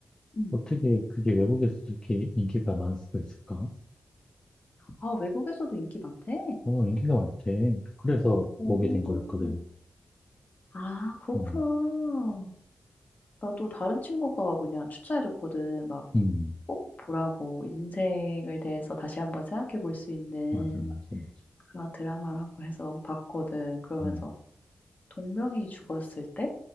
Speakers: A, on the left (about 45°); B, on the left (about 20°).
A: 음. 음.
B: 어떻게 그게 외국에서 이렇게 인기가 많을 수가 있을까?
A: 아 외국에서도 인기 많대?
B: 어, 인기가 많대. 그래서
A: 오.
B: 보게 된 거였거든.
A: 아 그렇구나.
B: 어,
A: 나도 다른 친구가 뭐냐 추천해 줬거든. 막
B: 음,
A: 꼭 보라고 인생에 대해서 다시 한번 생각해 볼 수 있는
B: 맞아, 맞아, 맞아.
A: 그런 드라마라고 해서 봤거든. 그러면서
B: 음,
A: 동명이 죽었을 때